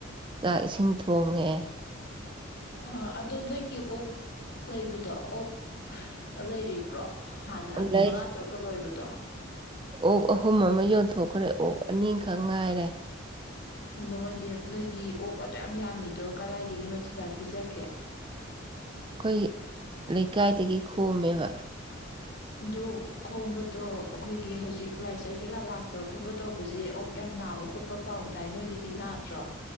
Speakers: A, on the right; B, on the left.
A: ꯆꯥꯛ ꯏꯁꯤꯡ ꯊꯣꯡꯉꯦ
B: ꯑ ꯑꯗꯣ ꯅꯣꯏꯒꯤ ꯑꯣꯛ ꯂꯩꯕꯗꯣ ꯑꯣꯛ ꯂꯩꯔꯤꯕ꯭ꯔꯣ ꯍꯥꯟꯅ
A: ꯂꯩ
B: ꯃꯉꯥ ꯇꯔꯨꯛꯀ ꯂꯣꯏꯕꯗꯣ
A: ꯑꯣꯛ ꯑꯍꯨꯝ ꯑꯃ ꯌꯣꯟꯊꯣꯛꯈ꯭ꯔꯦ ꯑꯣꯛ ꯑꯅꯤꯈꯛ ꯉꯥꯏꯔꯦ
B: ꯑꯗꯣ ꯃꯣꯏꯗꯤ ꯅꯣꯏꯗꯤ ꯑꯣꯛ ꯑꯗꯨꯛꯌꯥꯝ ꯌꯥꯝꯃꯤꯗꯣ ꯀꯗꯥꯏꯗꯒꯤ ꯃꯆꯤꯟꯖꯥꯛ ꯄꯤꯖꯒꯦ
A: ꯑꯩꯈꯣꯏ ꯂꯩꯀꯥꯏꯗꯒꯤ ꯈꯣꯝꯃꯦꯕ
B: ꯑꯗꯨ ꯈꯣꯝꯕꯗꯣ ꯑꯩꯈꯣꯏꯒꯤ ꯍꯧꯖꯤꯛ ꯂꯥꯏꯆꯠ ꯀꯩꯀꯥ ꯂꯥꯛꯄ ꯈꯣꯠꯄ ꯇꯧꯕꯁꯦ ꯑꯣꯛ ꯌꯥꯝ ꯅꯥꯕ ꯈꯣꯠꯄ ꯄꯥꯎ ꯇꯥꯏ ꯅꯣꯏꯒꯤꯗꯤ ꯅꯥꯗ꯭ꯔꯣ